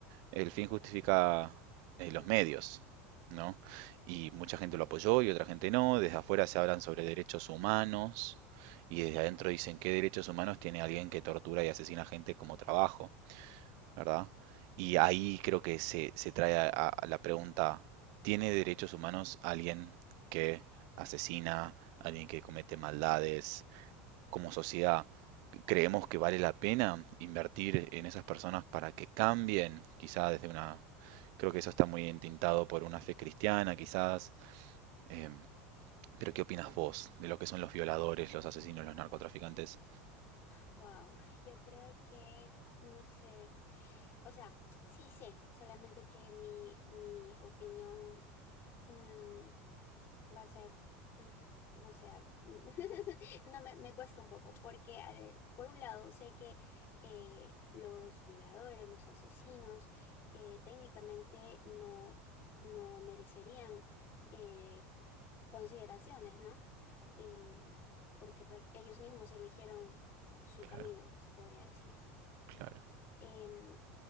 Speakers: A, on the right; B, on the left.
A: el fin justifica eh,
B: Los
A: los medios,
B: medios.
A: ¿no? Y mucha gente lo apoyó y otra gente no, desde afuera se hablan sobre derechos humanos, y desde adentro dicen qué derechos humanos tiene alguien que tortura y asesina gente como trabajo. ¿verdad? Y ahí creo que se, se trae a, a- la pregunta, ¿tiene derechos humanos alguien que asesina, alguien que comete maldades? Como sociedad, ¿creemos que vale la pena invertir en esas personas para que cambien? Quizás desde una... Creo que eso está muy entintado por una fe cristiana, quizás. em, pero ¿qué opinas
B: sí.
A: vos de lo que son los violadores, los asesinos, los narcotraficantes?
B: Wow, yo creo que no sé, o sea, sí sé, solamente que mi, mi opinión mm, va a ser, mm, no sé, <laughs> no me, me cuesta un poco, porque al- por un lado sé que eh, los violadores, los asesinos, eh, técnicamente no, no merecerían. eh, consideraciones, ¿no? Em, porque prac- ellos mismos eligieron su
A: Claro,
B: camino, se podría decir.
A: claro.
B: Em,